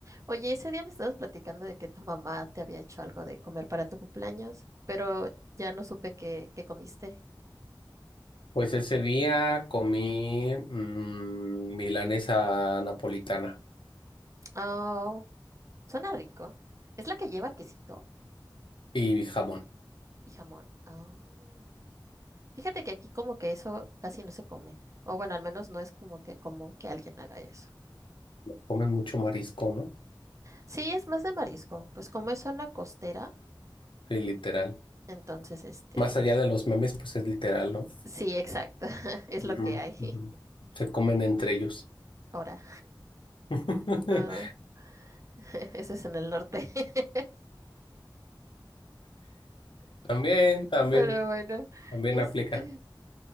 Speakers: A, on the right; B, on the left.
A: Oye, ese día me estabas platicando de que tu mamá te había hecho algo de comer para tu cumpleaños, pero ya no supe qué, qué comiste.
B: Pues ese día comí mm, milanesa napolitana
A: Oh, suena rico. ¿Es la que lleva quesito
B: y jamón.
A: y jamón? Oh. Fíjate que aquí como que eso casi no se come. O bueno, al menos no es como que común que alguien haga eso.
B: Comen mucho marisco, ¿no?
A: Sí, es más de marisco. Pues como es zona costera,
B: Sí, literal.
A: entonces este,
B: Más allá de los memes, pues es literal, ¿no?
A: sí, exacto, <laughs> es lo
B: Ujú,
A: que hay
B: ujú. Se comen entre ellos.
A: <laughs> ahora.
B: <laughs>
A: No, <laughs> eso es en el norte. <laughs>
B: También, también,
A: Pero bueno,
B: también
A: este,
B: aplica.